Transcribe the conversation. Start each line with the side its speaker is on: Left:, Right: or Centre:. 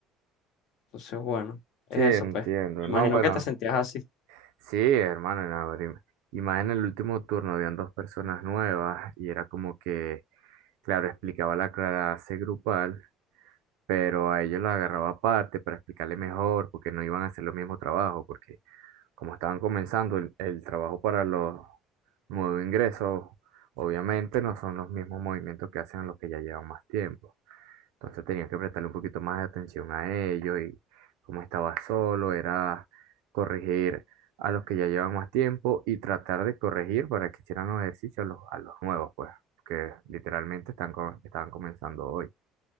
Left: Entonces, bueno, es
Right: Sí,
Left: eso,
Right: entiendo.
Left: pues. Imagino
Right: No, bueno.
Left: que te sentías así.
Right: Sí, hermano, y nada, y más en el último turno habían dos personas nuevas y era como que, claro, explicaba la clase grupal, pero a ellos la agarraba aparte para explicarle mejor, porque no iban a hacer los mismos trabajos, porque como estaban comenzando el, el trabajo para los nuevos ingresos, obviamente no son los mismos movimientos que hacen los que ya llevan más tiempo. Entonces tenía que prestarle un poquito más de atención a ellos y como estaba solo, era corregir a los que ya llevan más tiempo y tratar de corregir para que hicieran los ejercicios a los, a los nuevos, pues, que literalmente están, co- estaban comenzando hoy.